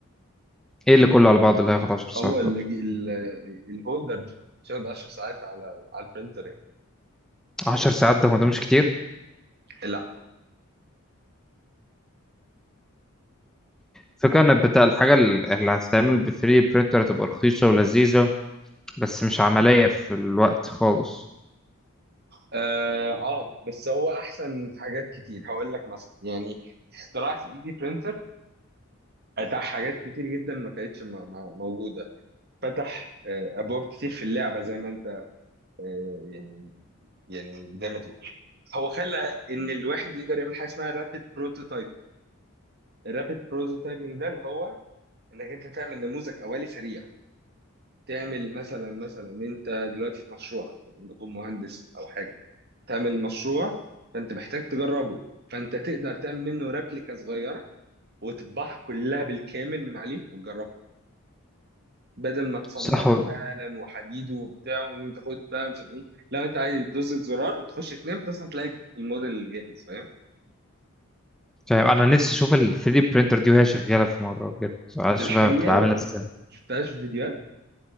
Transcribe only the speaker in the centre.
ايه اللي كله على بعضه اللي هياخد 10 ساعات
دول
10 ساعات ده هو ده مش كتير
فكرة ان بتاع الحاجه اللي هتتعمل ب 3 برينتر هتبقى رخيصه ولذيذه بس مش عمليه في الوقت خالص
صح ولا-
فاهم انا نفسي اشوف ال 3 برينتر دي وهي شغاله في مره بجد عايز
اشوفها
بتبقى عامله
ازاي